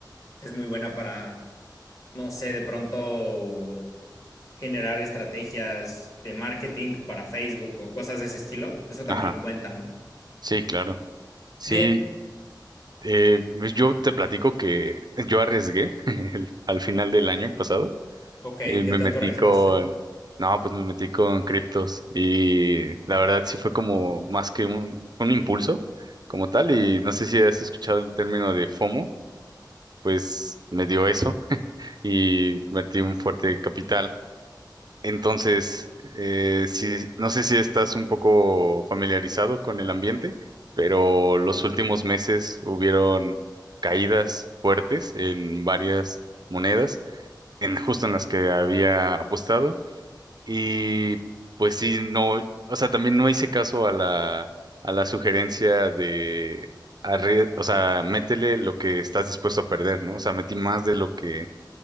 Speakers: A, on the left; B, on the right.
A: es muy buena para, no sé, de pronto generar estrategias de marketing para Facebook o cosas de ese estilo. Eso también
B: Ajá.
A: cuenta, ¿no?
B: Sí, claro. Sí,
A: Bien,
B: Eh, pues yo te platico que yo arriesgué <laughs> el- al final del año pasado
A: ok,
B: y
A: ¿qué
B: me
A: tanto
B: metí
A: arriesgaste?
B: con, no, pues me metí con criptos y la verdad sí fue como más que un, un impulso como tal y no sé si has escuchado el término de FOMO, pues me dio eso <laughs> y metí un fuerte capital entonces, eh, sí, no sé si estás un poco familiarizado con el ambiente, pero los últimos meses hubieron caídas fuertes en varias monedas, en justo en las que había apostado. Y pues sí, no, o sea, también no hice caso a la, a la sugerencia de, arrie- o sea, métele lo que estás dispuesto a perder, ¿no? O sea, metí más de lo que